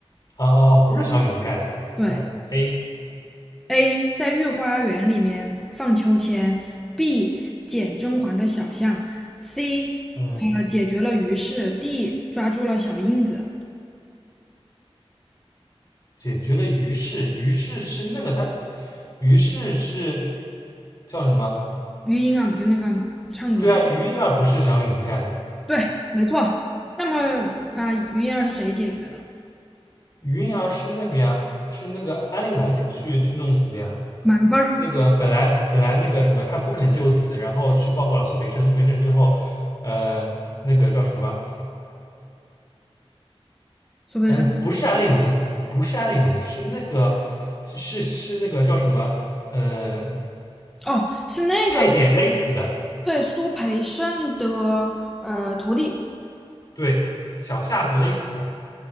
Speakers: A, on the left; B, in the centre.
A: 哦哦，不是小影子盖的。
B: 对。
A: 嗯，A，
B: A 在御花园里面放秋千，B 捡甄嬛的小象，C
A: 嗯，
B: 呃解决了于氏 d 抓住了小印子。
A: 解决了于是，于是是那个他，于是是叫什么？
B: 余莺儿嘛，就那个唱歌
A: 对啊，于莺儿不是小影子干的，
B: 对，没错。那么啊，余莺儿是谁解决的？
A: 于莺儿是那边啊，是那个安陵容去去弄死的呀。
B: 满分儿，
A: 那个本来本来那个什么，他不肯就死，然后去报告了苏培盛。苏培盛之后，呃，那个叫什么？
B: 苏培盛。
A: 嗯，不是安陵容，不是安陵容，是那个是是那个叫什么？呃，
B: 哦，是那个
A: 太监勒死的，
B: 对苏培盛的呃徒弟，
A: 对，小夏子勒死的。